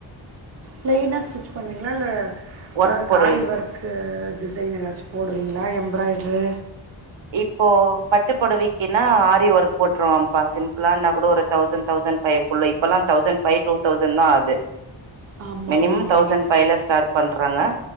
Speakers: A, on the right (about 35°); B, on the right (about 75°).
A: ப்ளைனா ஸ்டிச் பண்ணுவீங்ளால்ல
B: ஒர்க்
A: வர்க்
B: போடுவேங்
A: ஆரி வர்க்கு டிசைன் ஏதாச்சு போடுவீங்ளா எம்ராய்ட்ரு
B: இப்போ பட்டு பொடவிக்கின்னா ஆரி ஒர்க் போட்டுருவ பா சிம்பிளான்னா கூட ஒரு தௌசண்ட் தௌசண்ட் ஃபைவ்குள்ள இப்பல்லா தௌசண்ட் ஃபை டூ தௌசண்ட் தா ஆது
A: ஆமாம்
B: மினிமம்
A: ஆமாம்
B: தௌசண்ட்
A: ஆமாம்
B: ஃபைவ்ல ஸ்டார்ட் பண்றங்க